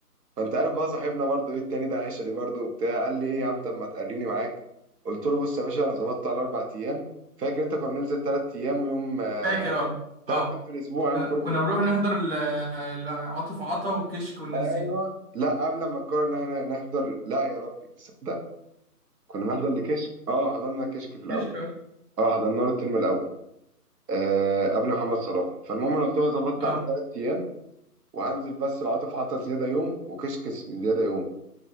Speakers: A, on the right; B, on the right.
A: فانت عارف بقى صاحبنا برضو ايه التاني ده عشري برضو وبتاع قال لي ايه يا عم طب ما تقريني معاك قلت له بص يا باشا انا ظبطت على اربع ايام فاكر انت كنا بننزل ثلاث ايام ويوم
B: فاكر اه
A: ثلاث
B: اه
A: ايام في الاسبوع ايام كورونا
B: كنا بنروح نحضر ال- ال- عاطف عطا وكشك والناس
A: ايوه
B: دي
A: لا قبل ما نقرر ان احنا نحضر لا يا ربي تصدق كنا بنحضر لكشك اه حضرنا كشك في الاول
B: كشك
A: اه حضرنا له الترم الاول آه قبل محمد صلاح فالمهم انا قلت له أنا ظبطت
B: اه
A: على ثلاث ايام وهنزل بس العاطف عطا زياده يوم وكشك زياده يوم